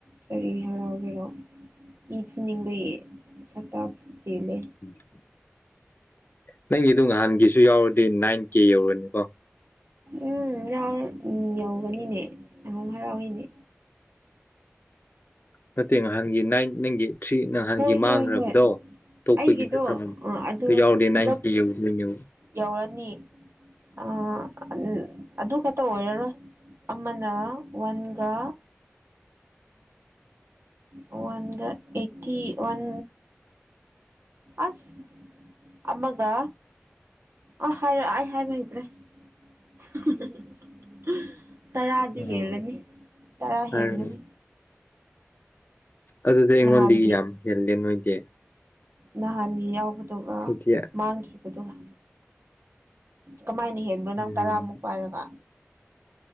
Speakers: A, on the right; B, on the left.
A: ꯀꯔꯤ ꯍꯔꯥꯎꯒꯦꯔꯣ ꯏ ꯐꯨꯅꯤꯡꯕꯒꯤ ꯁꯛꯇ ꯆꯦꯜꯂꯦ꯫
B: <inaudible> ꯅꯪꯒꯤꯗꯣ ꯅꯍꯥꯟꯒꯤꯁꯨ ꯌꯥꯎꯔꯗꯤ ꯅꯥꯏꯟ ꯀꯦ ꯌꯧꯔꯅꯤꯀꯣ꯫
A: ꯎꯝ ꯌꯥꯎ ꯌꯧꯒꯅꯤꯅꯦ ꯌꯥꯝ ꯍꯔꯥꯎꯏꯅꯦ
B: ꯅꯠꯇꯦ ꯅꯍꯥꯟꯒꯤ ꯅꯥꯏꯟ ꯅꯤꯡꯒꯤ ꯊ꯭ꯔꯤ ꯅꯍꯥꯟꯒꯤ
A: ꯍꯣꯏ ꯍꯣꯏ
B: ꯃꯥꯡꯒ꯭ꯔꯕꯗꯣ꯫
A: ꯍꯣꯏ
B: ꯇꯣꯛꯄꯒꯤꯗ
A: ꯑꯩꯒꯤꯗꯣ
B: ꯆꯪꯉꯝ
A: ꯑ ꯑꯗꯨ
B: ꯗꯨ ꯌꯥꯎꯔꯗꯤ
A: ꯄꯨꯂꯞ
B: ꯅꯥꯏꯟꯇ ꯀꯦ ꯌꯧꯗꯣꯏꯅꯦ ꯌꯦꯡꯉꯣ
A: ꯌꯧꯔꯅꯤ ꯑꯥ ꯑꯟ ꯑꯗꯨ ꯈꯛꯇ ꯑꯣꯏꯔꯔꯣꯏ꯫ ꯑꯃꯅꯥ ꯋꯥꯟꯒꯥ꯫ ꯑ ꯋꯥꯟꯒ ꯑꯥꯢꯠ꯫ ꯇꯤ ꯋꯥꯟ ꯑꯁ ꯑꯃꯒ ꯑꯥ ꯍꯥꯏꯔꯛ ꯑꯩ ꯍꯥꯏꯕ ꯍꯩꯇ꯭ꯔꯦ <unintelligible> ꯇꯔꯥꯗꯤ
B: ꯑꯣ
A: ꯍꯦꯜꯂꯅꯤ ꯇꯔꯥ
B: ꯍꯥꯏꯔꯅꯤ
A: ꯍꯦꯟꯒꯅꯤ꯫
B: ꯑꯗꯨꯗꯤ ꯑꯩꯉꯣꯟꯗꯒꯤ
A: ꯅꯍꯥꯟꯒꯤ
B: ꯌꯥꯝ ꯍꯦꯜꯂꯦ ꯅꯣꯏꯗꯤ꯫
A: ꯅꯍꯥꯟꯒꯤ ꯌꯥꯎꯕꯗꯨꯒ
B: ꯑꯩꯗꯤ
A: ꯃꯥꯡꯈꯤ꯫ ꯑꯗꯨꯒ ꯀꯃꯥꯏꯅ ꯍꯦꯟꯕ꯭ꯔꯣ ꯅꯪ
B: ꯎꯝ
A: ꯇꯔꯥꯃꯨꯛ ꯄꯥꯏꯔꯒ꯫